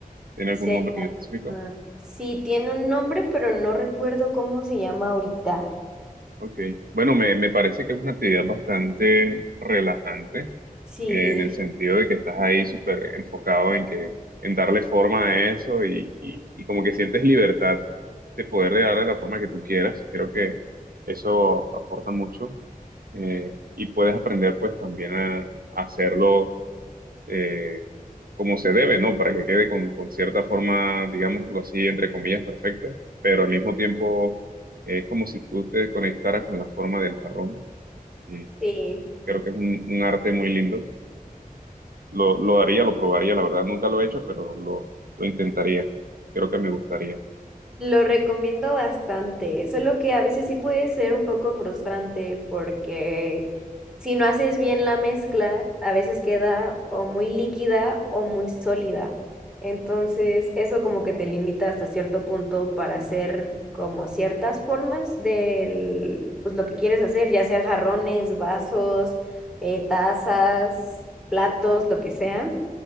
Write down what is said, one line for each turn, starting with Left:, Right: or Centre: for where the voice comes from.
Right: ¿Tiene
Centre: Se
Right: algún nombre en específico?
Centre: llama... Sí, tiene un nombre, pero no recuerdo cómo se llama ahorita.
Right: Ok, bueno, me, me parece que es una actividad bastante relajante
Centre: Sí,
Right: en el sentido de que estás ahí súper enfocado en que en darle forma a eso y, y- y como que sientes libertad de poder darle la forma que tú quieras. Creo que eso aporta mucho eh, y puedes aprender pues también a, a hacerlo eh, como se debe, ¿no? Para que quede con, con cierta forma, digámoslo así, entre comillas, perfecta, pero al mismo tiempo eh, es como si tú te conectaras con la forma del jarrón. Y
Centre: Sí.
Right: creo que es un, un arte muy lindo. Lo, lo haría, lo probaría, la verdad nunca lo he hecho, pero lo, lo intentaría. Creo que me gustaría.
Centre: Lo recomiendo bastante, solo que a veces sí puede ser un poco frustrante porque si no haces bien la mezcla, a veces queda o muy líquida o muy sólida. Entonces, eso como que te limita hasta cierto punto para hacer como ciertas formas de pues lo que quieres hacer, ya sea jarrones, vasos, eh, tazas, platos, lo que sea.